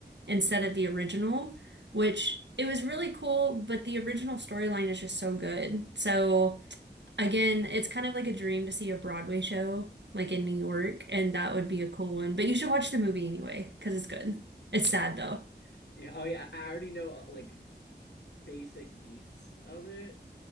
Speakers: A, on the right; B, on the left.
A: instead
B: Hmm.
A: of the original, which it was really cool, but the original storyline is just so good. So again, it's kind of like a dream to see a Broadway show like in New York, and that would be a cool one. But you should watch the movie anyway, because it's good. It's
B: Yeah.
A: sad though.
B: Yeah. Oh, yeah. I I already know uh, like basic beats of it